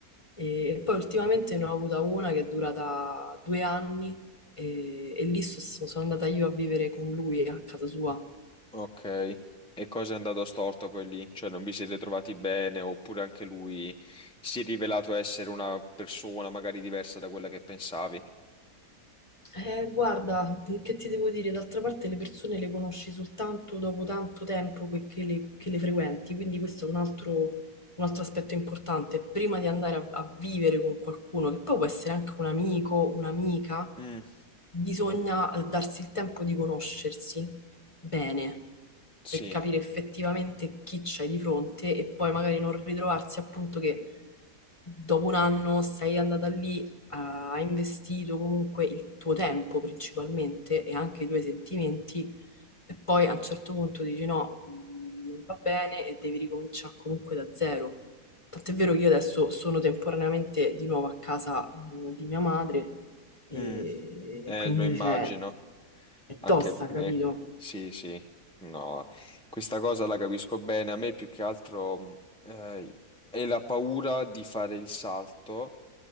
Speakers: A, on the left; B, in the centre.
A: E poi ultimamente ne ho avuta una che è durata due anni, e, e lì so- so, sono andata io a vivere con lui a casa sua.
B: Ok, e cosa è andato storto poi lì? Cioè non vi siete trovati bene oppure anche lui si è rivelato essere una persona magari diversa da quella che pensavi?
A: Eh, guarda, che ti devo dire? D'altra parte le persone le conosci soltanto dopo tanto tempo que- che le, che le frequenti, quindi questo è un altro, un altro aspetto importante. Prima di andare a, a vivere con qualcuno, che poi può essere anche un amico, un'amica,
B: Mm,
A: bisogna eh, darsi il tempo di conoscersi bene
B: sì,
A: per capire effettivamente chi c'hai di fronte e poi magari non ritrovarsi appunto che dopo un anno sei andata lì ha investito comunque il tuo tempo principalmente e anche i tuoi sentimenti e poi a un certo punto dici no, mh, non va bene e devi ricominciare comunque da zero. Tant'è vero che io adesso sono temporaneamente di nuovo a casa mh, di mia madre e
B: Mm, eh,
A: quindi
B: lo immagino,
A: cioè, è
B: anche
A: tosta,
B: per
A: capito?
B: me, sì, sì, no, questa cosa la capisco bene, a me più che altro mh, eh, è la paura di fare il salto